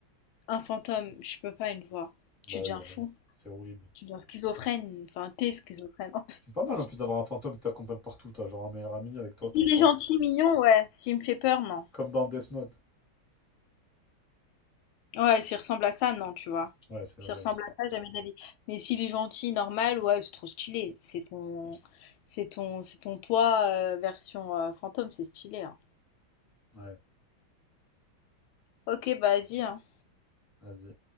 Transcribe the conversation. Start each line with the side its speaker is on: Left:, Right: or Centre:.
Left: un fantôme, je peux pas une voix.
Centre: Bah
Left: Tu deviens
Centre: oui, vraiment.
Left: fou,
Centre: C'est horrible.
Left: tu deviens schizophrène, enfin, t'es schizophrène. <laughs>
Centre: C'est pas mal en plus d'avoir un fantôme qui t'accompagne partout. T'as genre un meilleur ami avec toi
Left: S'il
Centre: tout le temps.
Left: est gentil, mignon, ouais. S'il me fait peur, non.
Centre: Comme dans Death Note.
Left: Ouais, s'il ressemble à ça, non, tu vois.
Centre: Ouais, c'est
Left: S'il
Centre: vrai.
Left: ressemble à ça, jamais de la vie. Mais s'il est gentil, normal, ouais, c'est trop stylé. C'est ton, c'est ton, c'est ton toi euh, version euh, fantôme, c'est stylé. hein.
Centre: Ouais,
Left: Ok, bah vas-y. hein.
Centre: vas-y.